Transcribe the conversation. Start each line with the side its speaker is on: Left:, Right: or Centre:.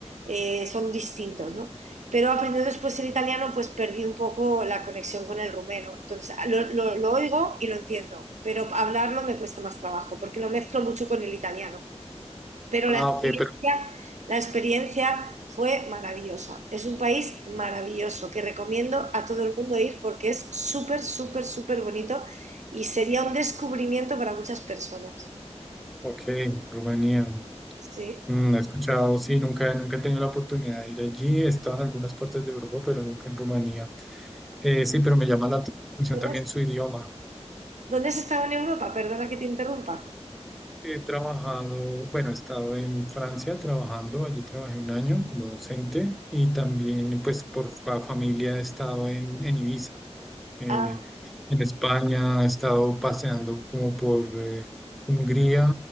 Right: eh, son distintos, ¿no? Pero aprendiendo después el italiano, pues perdí un poco la conexión con el rumeno. Entonces, lo, lo lo oigo y lo entiendo, pero hablarlo me cuesta más trabajo, porque lo mezclo mucho con el italiano. Pero
Centre: Ah,
Right: la experiencia,
Centre: ok, pero...
Right: la experiencia fue maravillosa. Es un país maravilloso que recomiendo a todo el mundo ir porque es súper, súper, súper bonito y sería un descubrimiento para muchas personas.
Centre: Ok, Rumanía.
Right: Sí.
Centre: Mm, he escuchado, sí, nunca, nunca he tenido la oportunidad de ir allí. He estado en algunas partes de Europa, pero nunca en Rumanía. Eh, sí, pero me llama la atención
Right: ¿Dónde
Centre: también
Right: has,
Centre: su idioma.
Right: dónde has estado en Europa? Perdona que te interrumpa.
Centre: He trabajado, bueno, he estado en Francia trabajando, allí trabajé un año como docente y también pues por fa- familia he estado en, en Ibiza, eh,
Right: Ah.
Centre: en España, he estado paseando como por eh, Hungría,